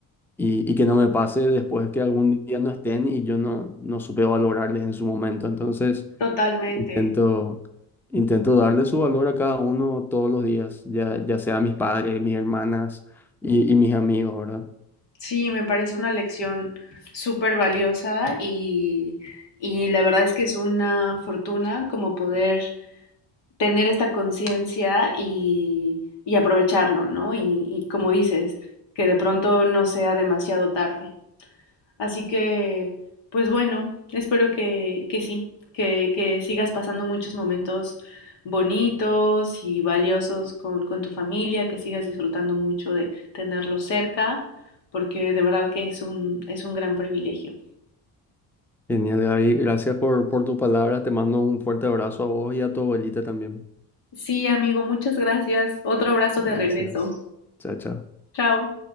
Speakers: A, in the centre; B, on the left.
A: y, y que no me pase después que algún día no estén y yo no, no supe valorarles en su momento. Entonces...
B: Totalmente.
A: Intento, intento darle su valor a cada uno todos los días, ya, ya sea mis padres, mis hermanas y, y mis amigos, ¿verdad?
B: Sí, me parece una lección súper valiosa y, y la verdad es que es una fortuna como poder tener esta conciencia y, y aprovecharlo, ¿no? Y, y como dices, que de pronto no sea demasiado tarde. Así que, pues bueno, espero que, que sí, que, que, sigas pasando muchos momentos bonitos y valiosos con, con tu familia, que sigas disfrutando mucho de tenerlos cerca, porque de verdad que es un, es un gran privilegio.
A: Genial, Gaby. Gracias por, por tu palabra. Te mando un fuerte abrazo a vos y a tu abuelita también.
B: Sí, amigo, muchas gracias. Otro abrazo de
A: Gracias.
B: regreso.
A: Chao, chao.
B: Chao.